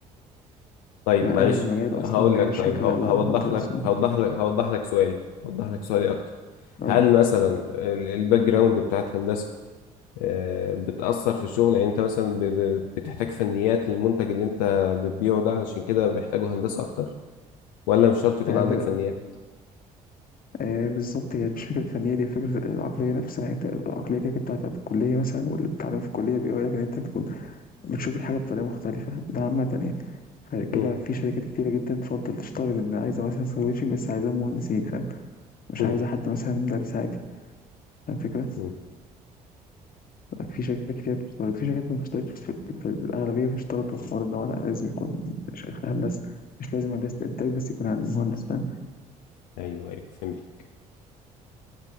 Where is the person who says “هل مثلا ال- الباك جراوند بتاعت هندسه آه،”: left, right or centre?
Left